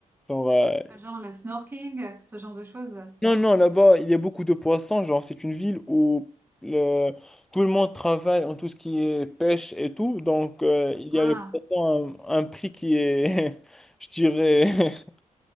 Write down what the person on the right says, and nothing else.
Genre le snorking, ce genre de choses.
Ah,